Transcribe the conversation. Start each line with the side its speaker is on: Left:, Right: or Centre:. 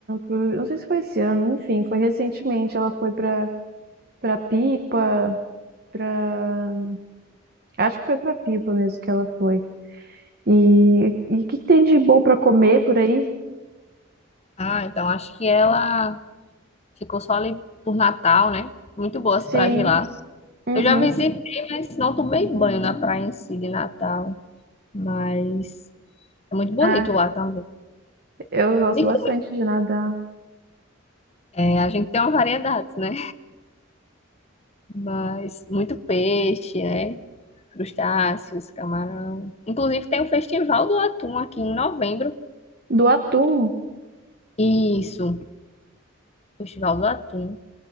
Right: não sei se foi esse ano, enfim, foi recentemente, ela foi para para Pipa, para acho que foi para Pipa mesmo que ela foi. E e o que, que tem de bom pra comer por aí?
Left: Ah, então acho que ela ficou só ali por Natal, né? Muito boa as
Right: Sim,
Left: praias de lá.
Right: uhum.
Left: Eu já visitei, mas não tomei banho na praia em si de Natal. Mas é muito bonito
Right: Ah,
Left: lá também.
Right: eu gosto
Left: De
Right: bastante
Left: comer,
Right: de nadar.
Left: é, a gente tem uma variedade, né? Mas muito peixe, né? Crustáceos, camarão. Inclusive tem o Festival do Atum aqui em novembro.
Right: Do atum,
Left: Isso, Festival do Atum.